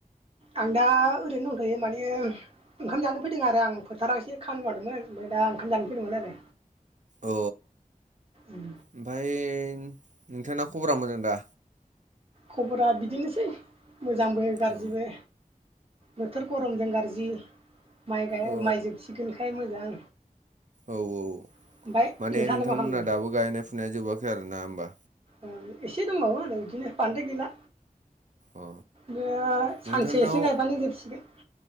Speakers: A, on the right; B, on the right.
A: आं दा ओरैनो दंथ'यो माने ओंखाम जानो फैदों आरो आं फोथाराव एसे खामनि मावदोंमोन <unintelligible> दा ओंखाम जानो फैदोंमोन आरो
B: अ
A: उम
B: ओमफ्राय नोंथांना खबरा मोजां दा
A: खबरा बिदिनोसै मोजांबो गारजिबो
B: अ
A: बोथोर गरमजों गारजि माइ गाय
B: औ
A: माइ जोबसिगोनखाय मोजां
B: औ औ
A: ओमफ्राय
B: माने
A: नोंथाङालाय
B: नोंथांमोनहा
A: मा खालामदों
B: दाबो गायनाय फुनाया जोबाखै आरो ना होमबा
A: ओं एसे दंबावो आरो इदिनो बानदाय गैला
B: अ
A: <unintelligible>
B: नोंथांनाव
A: सानसे एसे गायबानो जोबसिगोन